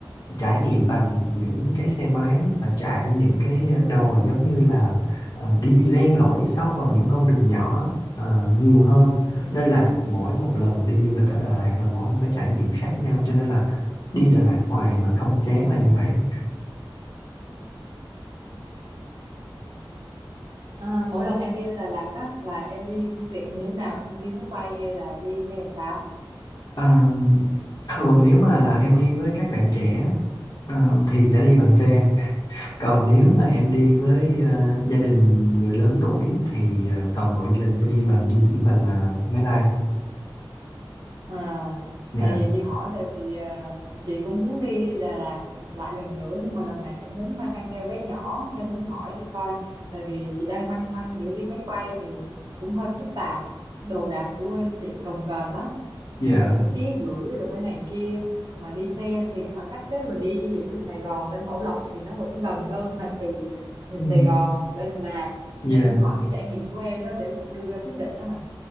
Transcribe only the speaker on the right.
ừ
À, mỗi lần em đi lên Đà Lạt á là em đi phương tiện như thế nào? Em đi máy bay hay là đi xe hay sao?
À,
tại vì chị hỏi tại vì à, chị cũng muốn đi Đà Lạt lại lần nữa nhưng mà lần này cũng muốn mang theo bé nhỏ nên muốn hỏi thử coi tại vì chị đang băn khoăn giữa đi máy bay thì cũng hơi phức tạp đồ đạc của bên chị cồng kềnh lắm mình
rồi phải ký gửi rồi phải này kia mà đi xe thì cái khoảng cách đó mình đi di chuyển từ Sài Gòn lên Bảo Lộc thì nó vẫn gần hơn là từ
Sài Gòn lên Đà Lạt
nên muốn hỏi cái trải nghiệm của em đó để đưa ra quyết định đó mà